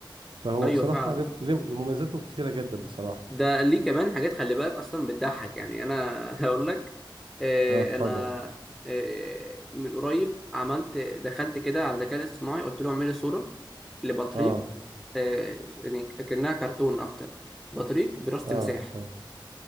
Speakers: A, on the right; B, in the centre.
A: فهو
B: ايوه
A: بصراحة
B: فعلا
A: لم- لم- لمميزاته كتيرة جدا بصراحة
B: ده ليه كمان حاجات خلي بالك اصلا بتضحك يعني انا <laughs> هقول لك آه،
A: اه اتفضل
B: انا آه، من قريب عملت دخلت كده على الذكاء الاصطناعي قلت له اعمل لي صوره لبطريق
A: اه
B: آه، يعني كأنها كرتون اكتر بطريق براس تمساح
A: اه اه